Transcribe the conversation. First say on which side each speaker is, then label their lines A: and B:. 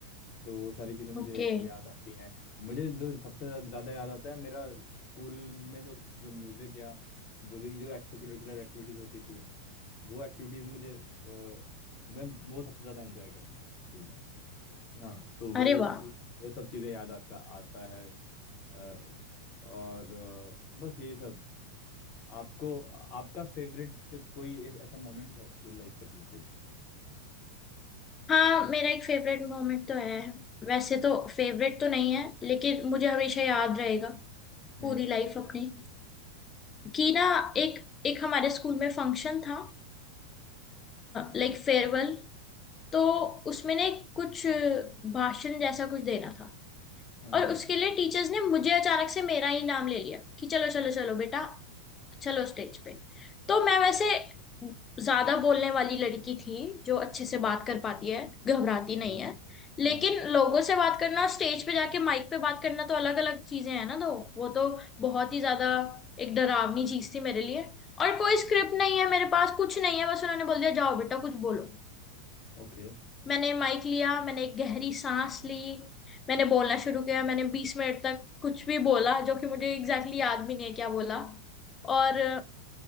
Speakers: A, on the left; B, on the left.
A: तो वो सारी चीज़ें मुझे
B: ओके
A: याद आती हैं मुझे जो सबसे ज़्या- ज़्यादा याद आता है मेरा स्कूल में जो जो म्यूज़िक या जो भी जो एक्स्ट्रा करिकुलर एक्टिविटीज़ होती थी वो एक्टिविटीज़ मुझे अ, मैं वो सबसे ज़्यादा एंजॉय करता था स्कूल में ना तो वो
B: अरे वाह
A: वो सब चीज़ें याद आता आता है अ, और अ, बस यही सब आपको आपका फेवरेट कोई ऐ- ऐसा मोमेंट है स्कूल लाइफ से रिलेटेड
B: हाँ मेरा एक फेवरेट मोमेंट तो है वैसे तो फेवरेट तो नहीं है लेकिन मुझे हमेशा याद रहेगा पूरी
A: हम्म
B: लाइफ अपनी कि ना एक एक हमारे स्कूल में फंक्शन था लाइक फेयरवेल तो उसमें ना एक कुछ भाषण जैसा कुछ देना था
A: हाँ
B: और उसके लिए टीचर्स ने मुझे अचानक से मेरा ही नाम ले लिया कि चलो चलो चलो बेटा चलो स्टेज पे तो मैं वैसे ज्यादा बोलने वाली लड़की थी जो अच्छे से बात कर पाती है घबराती नहीं
A: हाँ
B: है लेकिन
A: हाँ
B: लोगों से बात करना स्टेज पे जाके माइक पे बात करना तो अलग अलग चीजें हैं ना तो वो तो बहुत ही ज्यादा एक डरावनी चीज थी मेरे लिए और कोई स्क्रिप्ट नहीं है मेरे पास कुछ नहीं है बस उन्होंने बोल दिया जाओ बेटा कुछ बोलो
A: ओके
B: मैंने माइक लिया मैंने एक गहरी सांस ली मैंने बोलना शुरू किया मैंने बीस मिनट तक कुछ भी बोला जो कि मुझे एग्जैक्टली exactly याद भी नहीं है क्या बोला और